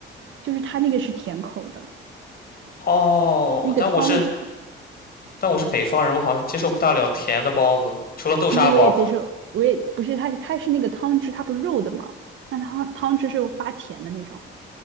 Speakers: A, on the right; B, on the left.
A: 就是它那个是甜口的，
B: 哦，
A: 那个汤汤
B: 但我是但我是北方人，我好像接受不大了甜的包子，除了豆沙包。
A: 其实我也接受，我也不是它它是那个汤汁，它不是肉的嘛，那它汤汁是发甜的那种。